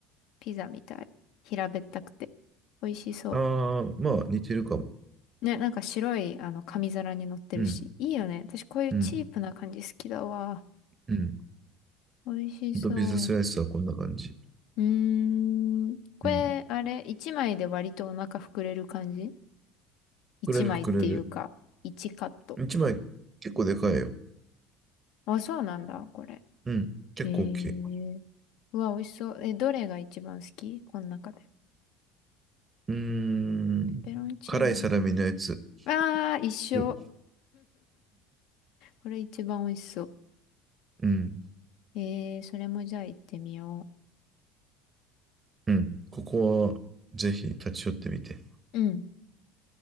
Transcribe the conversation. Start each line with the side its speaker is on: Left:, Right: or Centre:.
Left: ピザみたい。平べったくて。美味しそ
Right: ああ、まあ似てるかも。
Left: う。ね、なんか白い、あの、紙皿に乗ってるし。
Right: うん、
Left: いいよね。私こういうチープな感じ好きだわ。
Right: うん、うん。
Left: 美味しそう。
Right: とピザスライスはこんな感じ。
Left: うーん。これ、
Right: うん。
Left: あれ、一枚で割とお腹膨れる感じ一枚っていうか、
Right: 膨れる膨れる。
Left: 一カット。
Right: 一枚結構でかいよ。
Left: あ、そうなんだ、これ。
Right: うん。結構大きい。
Left: へえ。うわ、美味しそう。え、どれが一番好きこの中で。
Right: うーん。
Left: ペペロンチーノ。
Right: 辛いサラミのやつ。
Left: あー、一緒。
Right: うん
Left: これ一番美味しそう。
Right: うん。
Left: えー、それもじゃあ行ってみよ
Right: うん。ここはぜひ立ち寄ってみて。
Left: う。うん。